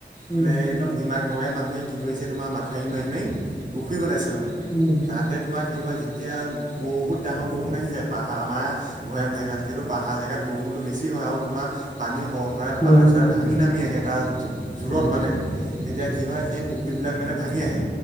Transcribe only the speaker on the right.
মানে একদম ডিমাগ নগাই মানুহে কি কৰিছে তোমাৰ মাথাউৰি মাৰি -মাৰি পুখুৰী বনাইছে মানে।
তাতে তোমাৰ কি হয় যেতিয়া বহুত ডাঙৰ বৰষুণ আহি যায় পাহাৰ আমাৰ ভৈয়াম জেগাত। যিহেতু পাহাৰ জেগাত বৰষুণটো বেছি হয় আৰু তোমাৰ পানী সৰ- সৰাই
পাহাৰ-চাহাৰ ভাঙি নামি আহে তাৰ জোৰত মানে তেতিয়া কি হয় সেই পুখুৰবিলাক মানে ভাঙি আহে